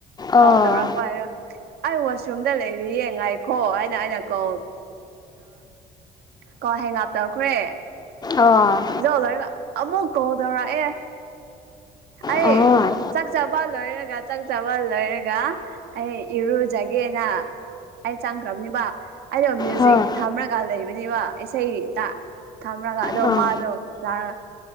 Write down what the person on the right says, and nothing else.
ꯀꯥꯎ ꯇꯧꯔꯕꯨ ꯍꯥꯏꯒ ꯋꯥꯁꯔꯨꯝꯗ ꯂꯩꯔꯤ ꯌꯦ ꯉꯥꯏꯈꯣ ꯍꯥꯏꯅ ꯑꯩꯅ ꯀꯧ ꯀꯣ ꯍꯌꯦ ꯉꯥꯞꯇꯈ꯭ꯔꯦ
ꯌꯧ ꯂꯔꯒ ꯑꯃꯨꯛ ꯀꯧ ꯇꯧꯔꯛꯑꯦ ꯑꯌꯦ
ꯆꯛꯆꯥꯕꯜ ꯇꯛꯊꯕ ꯂꯣꯏꯔꯒ ꯑꯩ ꯏꯔꯨꯖꯒꯦꯅ ꯑꯩ ꯆꯪꯈ꯭ꯔꯕꯅꯤꯕ ꯑꯩꯅꯣ ꯃ꯭ꯌꯨꯖꯤꯛ
ꯊꯝꯃꯔꯒ ꯂꯩꯕꯅꯤꯕ ꯏꯁꯩ ꯊꯝꯒ ꯑꯗꯣ
ꯃꯥꯗꯣ ꯂꯥꯛꯔꯒ